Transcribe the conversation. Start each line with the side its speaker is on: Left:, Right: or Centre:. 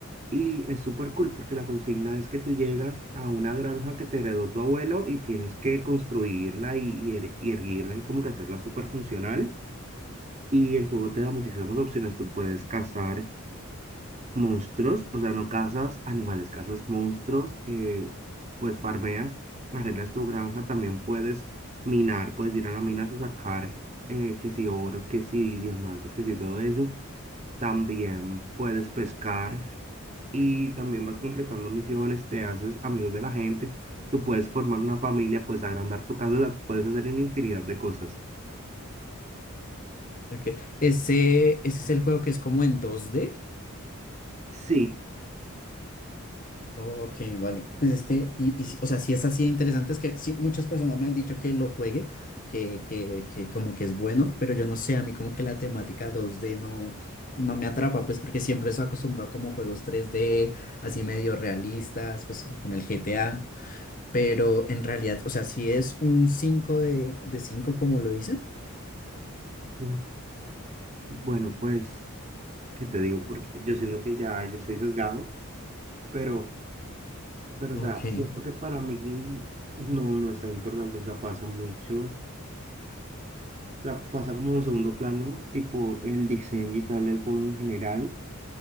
Right: Y es súper cool porque la consigna es que tú llegas a una granja que te heredó tu abuelo y tienes que construirla y, y er- y erguirla y como que hacerla súper funcional. Y el juego te da muchísimas opciones. Tú puedes cazar monstruos, o sea, no cazas animales, cazas monstruos, eh, pues farmeas, arreglas tu granja, también puedes minar, puedes ir a las minas a sacar eh, que si oro, que si diamantes, que si todo eso. También puedes pescar y también vas completando misiones, te haces amigos de la gente, tú puedes formar una familia, puedes agrandar tu casa, o sea, puedes hacer una infinidad de cosas.
Left: Okay. Ese, ese es el juego que es como en 2D.
Right: Sí,
Left: Ok, vale. Pues es que, y, y, si, o sea, sí es así de interesante, es que sí, muchas personas me han dicho que lo juegue, que, que, que como que es bueno, pero yo no sé, a mí como que la temática 2D no, no me atrapa, pues porque siempre estoy acostumbrado como a juegos 3D, así medio realistas, pues con el GTA, pero en realidad, o sea, sí es un 5 de, de 5 como lo dicen.
Right: mm, bueno, pues, ¿qué te digo? Porque yo siento que ya yo estoy sesgado, pero... Pero, o
Left: Ok.
Right: sea, siento que para mí no, no es tan importante, o sea, pasa mucho, o sea, pasa como un segundo plano, tipo el diseño y tal, el juego en general,